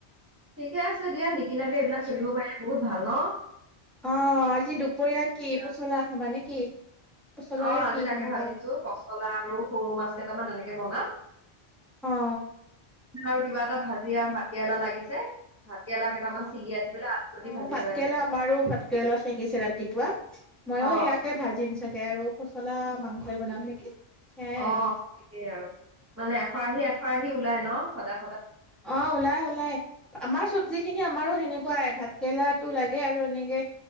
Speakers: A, on the right (about 15°); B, in the centre.
A: ঠিকে আছে দিয়া, নিকিনাকে এইবিলাক চলিব পাৰিলে বহুত ভাল ন'?
B: অ'! আজি দুপৰীয়া কি
A: দিয়া।
B: পচলা খাবা নে কি? পচলাৰে
A: অ'! আজি
B: কি
A: তাকে
B: বনাবা
A: ভাবিছোঁ! পচলা আৰু সৰু মাছ কেইটামান এনেকে বনাম।
B: অ
A: আৰু কিবা এটা ভাজি আৰু ভাত কেৰেলা লাগিছে। ভাত কেৰেলা কেইটামান
B: অ
A: ছিঙি আনি পেলাই আলু সৈতে
B: অ'!
A: ভাজি
B: ভাতকেৰেলা
A: পেলাই লাগে
B: আমাৰো, ভাতকেৰেলা চিঙিছে ৰাতিপুৱা। মইয়ো
A: অ
B: সেয়াকে ভাজিম চাগে। তাকে আৰু পচলা মাংসই বনাম নেকি। সেয়াই
A: অ'!
B: আৰু
A: তাকেই আৰু মানে, এশৰাহি, এশৰাহি ওলাই ন? সদা
B: অ'! ওলাই, ওলাই। আমাৰ চবজি খিনি আমাৰো সেনেকুৱাই ভাত কেৰেলাটো লাগে আৰু এনেকে